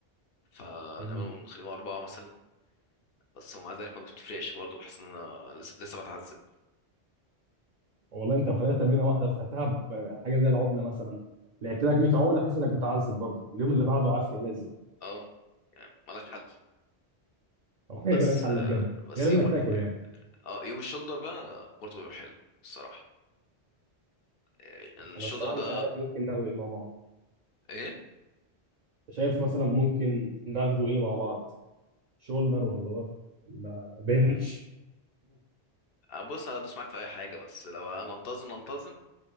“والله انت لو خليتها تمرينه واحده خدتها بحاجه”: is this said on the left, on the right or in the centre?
Right